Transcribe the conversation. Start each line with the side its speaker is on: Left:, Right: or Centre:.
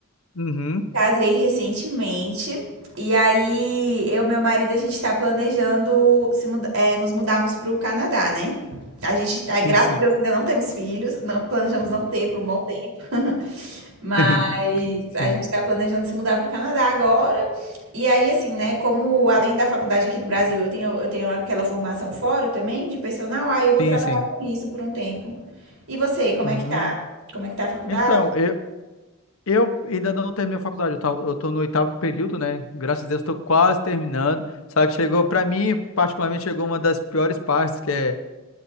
Left: Uhum,
Right: Casei recentemente. E aí, eu e meu marido, a gente tá planejando se muda- é, nos mudarmos pro Canadá, né? A gente, ah, graças
Left: sim, sim.
Right: a Deus, ainda não temos filhos, não planejamos não ter por um bom tempo. Mas
Left: <laughs> Sim,
Right: a gente está planejando se mudar para o Canadá agora. E aí, assim, né? Como além da faculdade aqui no Brasil, eu tenho, eu tenho aquela formação fora também de personal, aí eu vou
Left: sim,
Right: trabalhar
Left: sim.
Right: com isso por um tempo. E você, como
Left: Hum,
Right: é que tá? Como é que tá a faculdade?
Left: então, eu, eu ainda não terminei a faculdade, eu, tava, eu tô no oitavo período, né? Graças a Deus, tô quase terminando. Só que chegou, pra mim, particularmente, chegou uma das piores partes, que é